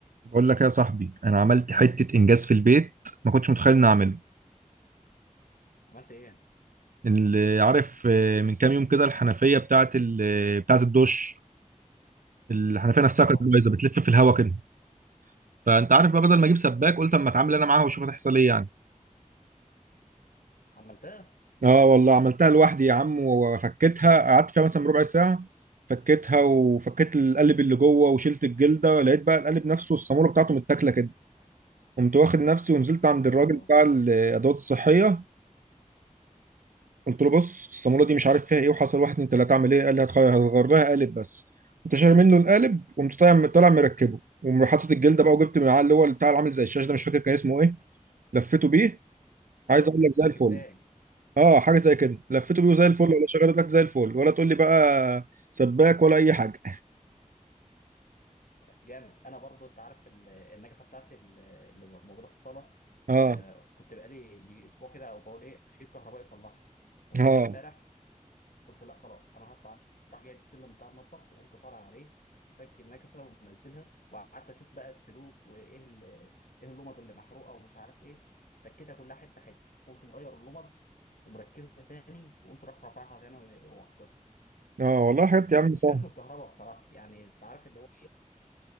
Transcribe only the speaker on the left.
عملت ايه؟
اه
عملتها
اه
اللي
هو
ك- الكتان
اه
جامد انا برضو انت عارف ال- النجفه بتاعتي ال- اللي موجوده في الصاله
آه، كنت بقالي اسبوع كده او بقول ايه اجيب كهربائي يصلحها قمت
جاي امبارح قلت لا خلاص انا هطلع أنام. راح جايب السلم بتاع المطبخ وقمت طالع عليه فك النكفه ومنزلها وقعدت اشوف بقى السلوك وايه ال- ايه اللمض اللي محروقه ومش عارف ايه فكيتها كلها حته حته قمت مغير اللمض ومركبها تاني وقمت راح رافعها تاني وحاططها
وما
كنتش
خايف من الكهرباء بصراحه يعني انت عارف اللي هو ايه